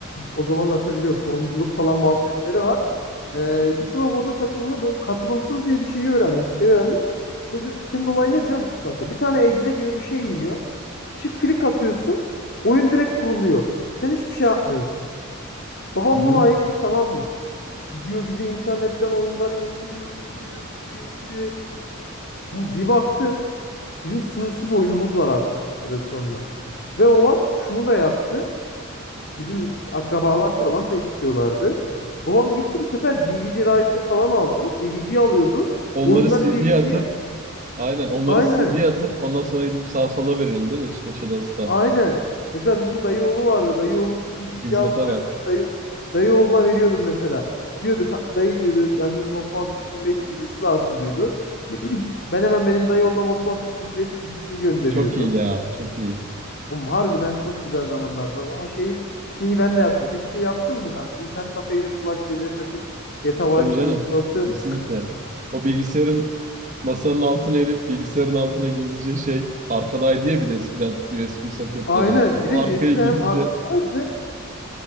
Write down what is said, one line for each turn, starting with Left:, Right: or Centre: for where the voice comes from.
Left: O zamanlar tabii biliyorum forumculuk falan muhabbetleri var. Eee gitti babam orada takılıyor böyle katılımsız diye bir şeyi öğrenmiş siteyi öğrenmiş. Sitenin, sitenin olayı ne biliyor musun kanka? Bir tane exe gibi bir şey iniyor. Çift klik atıyorsun oyun direkt kuruluyor. Sen hiçbir şey yapmıyorsun. Babam
Right: Hı hı.
Left: bunu ayıktı tamam mı? Gidiyor bize internetten oyunları indiriyor, indiriyor, indiriyor, indiriyor. Ama bir baktın bizim sınırsız oyunumuz var artık bir süre sonra. Ve babam şunu da yaptı. Bizim işte akrabalar falan da istiyorlardı. Babam gitti bu sefer DVD writer falan aldı. DVD alıyordu.
Right: Onları
Left: Oyunları DVD'ye
Right: CD'ye atıp aynen onları
Left: aynen
Right: CD'ye atıp ondan sonra gidip sağ sola veriyoruz değil mi? Eşe dosta.
Left: aynen. Mesela bizim dayı oğlu vardı. Dayı oğluna CD'yi
Right: Hizmete
Left: yazdırıyorduk.
Right: bak.
Left: Dayı, dayı oğluna veriyordum mesela. Diyordu dayı diyordu ben dedim Osmanlı 2005 CD'si lazım diyordu. Ben hemen benim dayı oğluna Osmanlı 2005 CD'sini gönderiyordum.
Right: Çok iyi ya çok iyi.
Left: Oğlum harbiden çok güzel zamanlardı bak ama şey şeyi ben de yaptım. Peki şey yaptın mı kanka? İnternet kafeye de flash belleğe takıp GTA
Right: Tabii
Left: Vice City'nin
Right: canım.
Left: klası.
Right: Kesinlikle. O bilgisayarın masanın altına inip bilgisayarın altına gizlice şey arkadaydı ya bir de eskiden USB soketleri.
Left: Aynen.
Right: O
Left: Bir de USB'ler
Right: arkayı gizlice.
Left: hem arkadaydı.